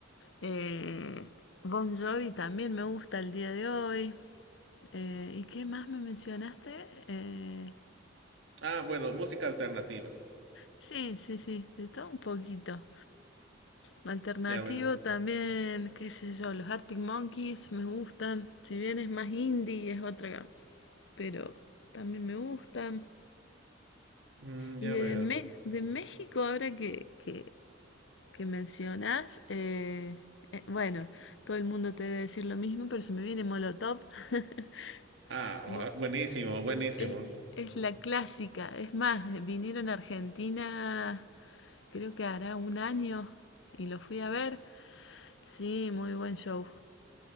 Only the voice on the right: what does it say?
Ah, bueno, música alternativa.
Ya veo.
Mm,
ya
veo.
Ah,
gua- buenísimo, buenísimo.